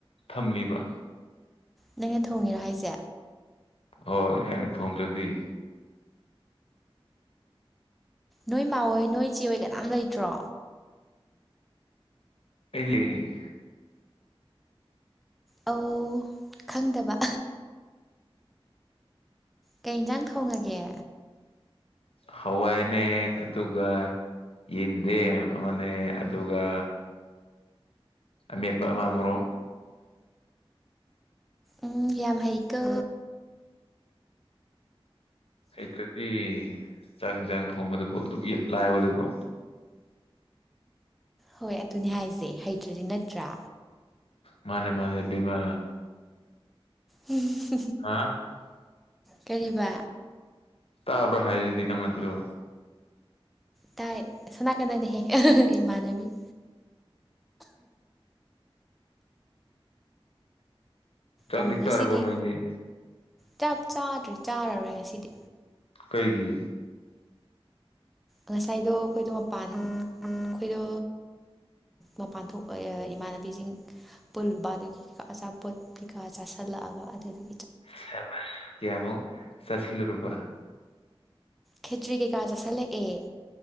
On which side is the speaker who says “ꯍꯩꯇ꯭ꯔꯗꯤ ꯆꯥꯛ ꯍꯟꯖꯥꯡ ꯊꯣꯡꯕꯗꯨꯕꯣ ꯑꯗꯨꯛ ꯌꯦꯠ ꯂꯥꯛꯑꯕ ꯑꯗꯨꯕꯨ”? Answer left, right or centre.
Left